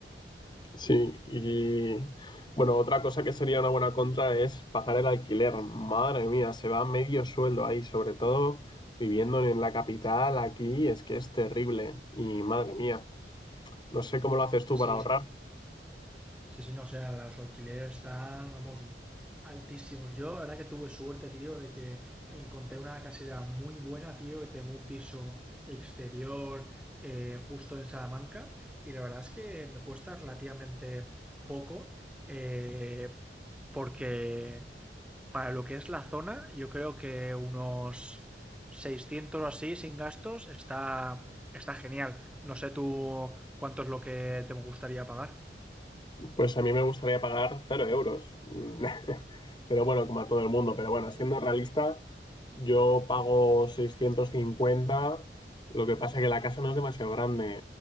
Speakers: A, on the left; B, in the centre.
A: Sí, y bueno, otra cosa que sería una buena contra es pagar el alquiler. Madre mía, se va medio sueldo ahí, sobre todo viviendo en la capital aquí, es que es terrible. Y madre mía, no sé cómo lo haces tú
B: Sí, sí.
A: para ahorrar.
B: Sí, sí, no, o sea, los alquileres están, vamos, altísimos. Yo, la verdad que tuve suerte, tío, de que encontré una casera muy buena, tío, que tengo un piso exterior eh, justo en Salamanca y la verdad es que me cuesta relativamente poco eh, porque para lo que es la zona, yo creo que unos 600 o así sin gastos está, está genial. No sé tú cuánto es lo que te gustaría pagar.
A: Pues a mí me gustaría pagar cero euros. Mm, <laughs> Pero bueno, como a todo el mundo. Pero bueno, siendo realista, yo pago seiscientos cincuenta Lo que pasa es que la casa no es demasiado grande.